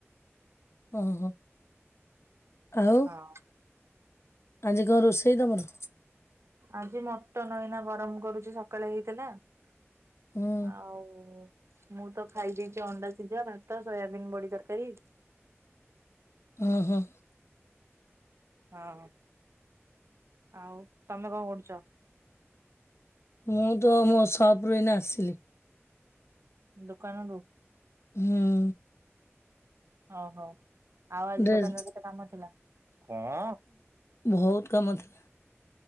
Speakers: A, on the left (about 65°); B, on the right (about 65°).
A: ଓ ହୋ ଆଉ
B: ହଁ।
A: ଆଜି କଣ ରୋଷେଇ ତମର?
B: ଆଜି ମଟନ ଏଇନା ଗରମ କରୁଛି ସକାଳେ ହେଇଥିଲା। ହଉ।
A: ହୁଁ
B: ମୁଁ ତ ଖାଇ ଦେଇେଇଛି ଅଣ୍ଡା ସିଝା ଭାତ ସୋୟାବିନ୍ ବଡି ତରକାରୀ
A: ହୁଁ ହୁଁ।
B: ହଁ ଆଉ ତମେ କଣ କରୁଛ?
A: ମୁଁ ତ ମୋ ସପ୍ରୁ ଏଇନ ଆସିଲି।
B: ଦୋକାନରୁ।
A: ହୁଁ।
B: ଓହୋ ଆଉ ଆଜି
A: ଡ୍ରେସ୍
B: ଦୋକାନରେ କେତେ କାମ ଥିଲା କଣ?
A: ବହୁତ କାମ ଥିଲା।